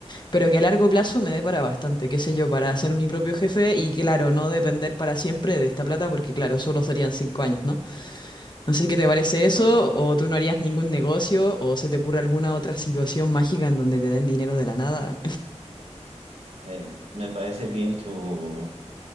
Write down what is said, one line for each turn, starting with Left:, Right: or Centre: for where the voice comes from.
Left: pero que a largo plazo me dé para bastante, qué sé yo, para ser mi propio jefe y claro, no depender para siempre de esta plata, porque claro, solo serían cinco años, ¿no? No sé qué te parece eso,
Right: Bueno,
Left: o tú no harías ningún negocio, o se te ocurre alguna otra situación mágica en donde te den dinero de la nada.
Right: eh, me parece bien tu,